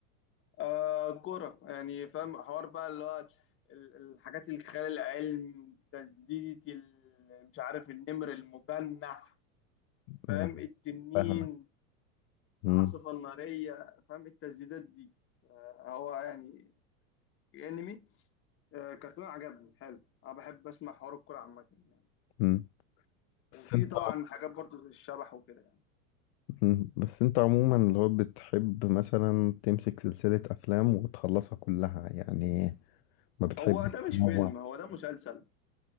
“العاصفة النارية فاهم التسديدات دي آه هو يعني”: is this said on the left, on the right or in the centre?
Left